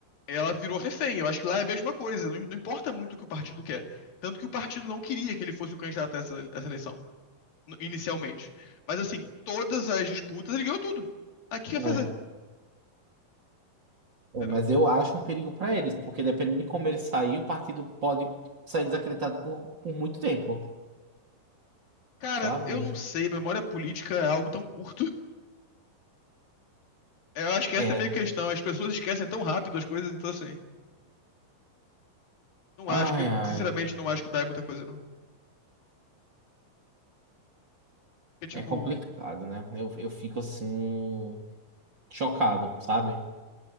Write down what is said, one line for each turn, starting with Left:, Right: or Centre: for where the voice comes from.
Left: ela virou refém. Eu acho que lá é a mesma coisa. Não, não importa muito o que o partido quer. Tanto que o partido não queria que ele fosse o candidato a essa, a essa eleição, no- inicialmente. Mas assim, todas as disputas, ele ganhou tudo. Aqui ia fazer,
Right: É. É,
Left: entendeu?
Right: mas eu acho um perigo pra eles, porque dependendo de como ele sair, o partido pode sair desacreditado por, por muito tempo,
Left: Cara,
Right: sabe?
Left: eu não sei. Memória política é algo tão curto. <laughs> Eu acho que essa
Right: É.
Left: é a minha questão. As pessoas esquecem tão rápido as coisas, então assim. Não
Right: Ai,
Left: acho que,
Right: ai.
Left: sinceramente, não acho que dá em muita coisa, não. É tipo.
Right: É complicado, né? Eu, eu fico assim, chocado, sabe?